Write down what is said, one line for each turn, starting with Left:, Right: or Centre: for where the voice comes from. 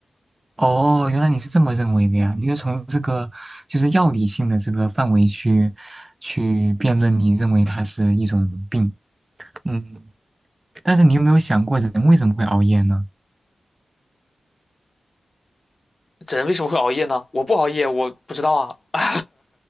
Right: 哦，原来你是这么认为的呀？你是从这个就是药理性的这个范围去去辩论，你认为它是一种病。嗯，但是你有没有想过人为什么会熬夜呢？
Left: 人为什么会熬夜呢？我不熬夜，我不知道啊。